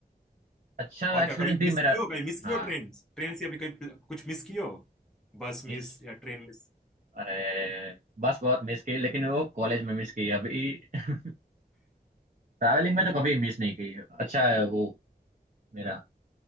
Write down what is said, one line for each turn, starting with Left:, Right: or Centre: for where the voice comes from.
Right: अच्छा
Centre: और
Right: एक्सपीरियंस
Centre: क्या कभी
Right: भी
Centre: मिस
Right: मेरा
Centre: किए हो कभी मिस किए
Right: हाँ
Centre: हो ट्रेन ट्रेन से अभी कभी प्ल- कुछ मिस किए हो बस मिस
Right: मिस
Centre: या ट्रेन मिस
Right: अरे बस बहुत मिस की लेकिन वो कॉलेज में मिस की अभी <laughs> ट्रैवलिंग में तो कभी मिस नहीं की अच्छा है वो मेरा